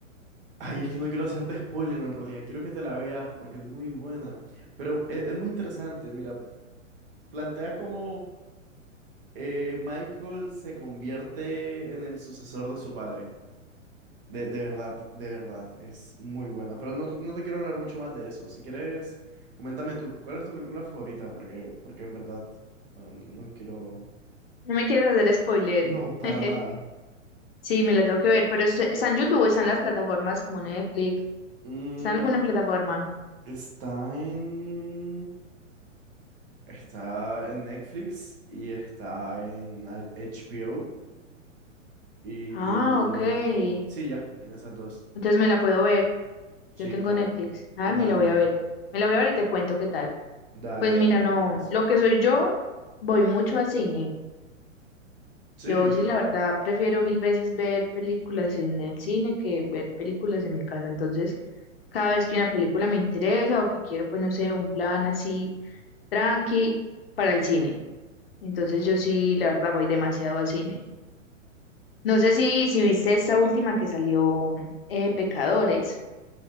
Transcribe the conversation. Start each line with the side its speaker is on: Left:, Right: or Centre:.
Right: ay, es que no quiero hacerte spoiler en realidad, quiero que te la veas porque es muy buena. Pero e- es, muy interesante, mira, Plantea cómo eh, Michael se convierte en el sucesor de su padre. De, de verdad, de verdad, es muy buena. Pero no, t- no te quiero hablar mucho más de eso. Si quieres, coméntame tú, ¿cuál es tu película favorita? Porque, porque en verdad, no, no- no quiero...
Left: No me quieres hacer spoiler.
Right: No, para
Left: <laughs>
Right: nada.
Left: Sí, me la tengo que ver, pero ¿es- ¿está en YouTube o está en las plataformas como Netflix?
Right: Mm,
Left: ¿Está en alguna plataforma?
Right: está en... Está en Netflix y está en H- HBO y
Left: Ah, ok.
Right: en...
Left: Entonces
Right: Sí, ya, en esas dos.
Left: me la puedo ver.
Right: Sí,
Left: Yo tengo
Right: claro.
Left: Netflix. Ah,
Right: Dale,
Left: me la voy
Right: dale.
Left: a ver. Me la voy a ver y te cuento qué tal.
Right: Dale,
Left: Pues mira,
Right: dale, me
Left: no,
Right: parece.
Left: lo que soy yo, voy mucho al cine.
Right: Sí.
Left: Yo sí, la verdad, prefiero mil veces ver películas en el cine que ver películas en mi casa. Entonces, cada vez que una película me interesa o que quiero, pues no sé, un plan así tranqui para el cine. Entonces, yo sí, la verdad, voy demasiado al cine. No sé si, si viste esta última que salió, eh, Pecadores.